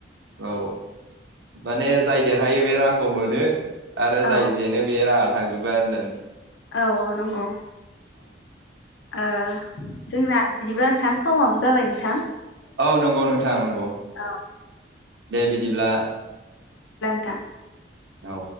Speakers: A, on the right; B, on the left.
A: औ माने जाय देरहायो बे रां खौ मोनो आरो
B: औ
A: जायजेनो बे राद थांजोबो आरो नान
B: औ औ नंगौ ओ जोंना बिदिब्ला नोंथां समाबो जाबाय नोंथां
A: औ नंगौ नोंथां नंगौ
B: औ
A: दे बिदिब्ला
B: थां
A: औ